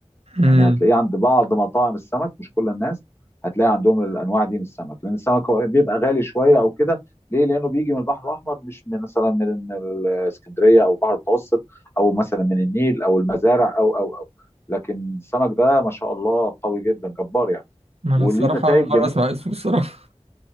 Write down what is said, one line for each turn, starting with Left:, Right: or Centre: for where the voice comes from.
Right: مم.
Left: يعني هتلاقيه عند بعض مطاعم السمك مش كل الناس هتلاقي عندهم الانواع دي من السمك لان السمك هو بيبقى غالي شويه او كده ليه لانه بيجي من البحر الاحمر مش من مثلا من الاسكندريه او البحر المتوسط او مثلا من النيل او المزارع او او او لكن السمك ده ما شاء الله قوي جدا جبار يعني
Right: ما انا
Left: وليه
Right: الصراحة
Left: نتائج
Right: أول مرة
Left: جميله
Right: أسمع اسمه الصراحة